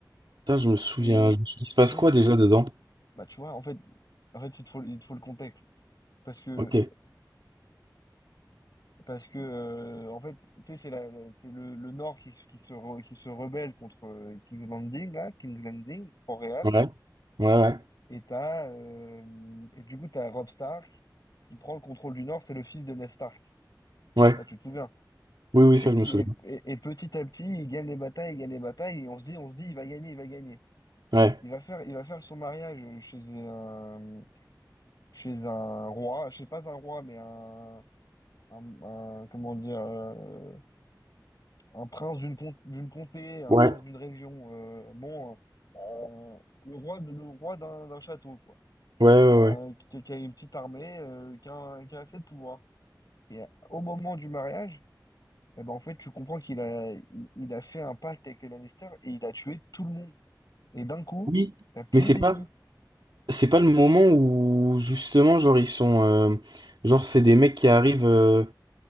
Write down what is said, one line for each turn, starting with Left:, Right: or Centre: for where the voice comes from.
Right: putain, je me souviens.
Left: Et
Right: je me souviens- Il se passe
Left: c'est
Right: quoi déjà dedans?
Left: bah tu vois en fait en fait il te faut il te faut le contexte parce que
Right: Ok. Ouais.
Left: parce que euh, en fait tu sais c'est la la- c'est le, le Nord qui, se- qui se re- qui se rebelle contre euh, King's Landing là, King's Landing Port-Réal
Right: Ouais, ouais.
Left: et t'as euh, et du coup t'as Robb Stark qui prend le contrôle du Nord, c'est le fils de Ned Stark.
Right: Ouais.
Left: Là, tu te souviens.
Right: Oui, oui,
Left: Et,
Right: ça,
Left: plus,
Right: je me souviens.
Left: et, et- et petit à petit, il gagne les batailles, il gagne les batailles, et on se dit, on se dit, il va gagner, il va gagner.
Right: Ouais.
Left: Il va faire, il va faire son mariage chez un, chez un roi, je sais pas un roi, mais un, un, un- comment dire, euh, un prince d'une com- d'une comté, un
Right: Ouais.
Left: prince d'une région. euh, bon, euh, le roi, de- le roi d'un d'un château, quoi.
Right: Ouais, ouais,
Left: Qui a,
Right: ouais.
Left: qui a- qui a une petite armée, euh, qui a, qui a assez de pouvoir. Et au moment du mariage, eh ben, en fait, tu comprends qu'il a, il, il a fait un pacte avec les Lannister et il a tué tout le monde. Et d'un coup,
Right: Oui.
Left: t'as plus
Right: Mais c'est
Left: d'ennemis
Right: pas, c'est pas le moment où, justement, genre, ils sont, euh, genre, c'est des mecs qui arrivent, euh,